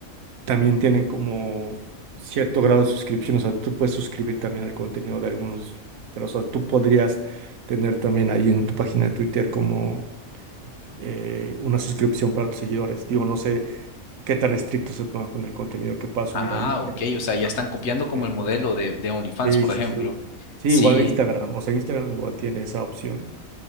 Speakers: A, on the right (about 75°); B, on the left (about 60°).
A: también tienen como cierto grado de suscripción, o sea, tú puedes suscribir también al contenido de algunos, pero o sea, tú podrías tener también ahí en tu página de Twitter como eh, una suscripción para tus seguidores. Digo, no sé qué tan estrictos se pongan con el contenido que puedas subir
B: ah,
A: ahí, pero,
B: ok, o sea, ya
A: pero
B: están
A: también
B: copiando
A: se puede.
B: como el modelo de, de OnlyFans,
A: Sí,
B: por
A: sí,
B: ejemplo.
A: sí. Sí,
B: Sí,
A: igual en Instagram, o sea, Instagram igual tiene esa opción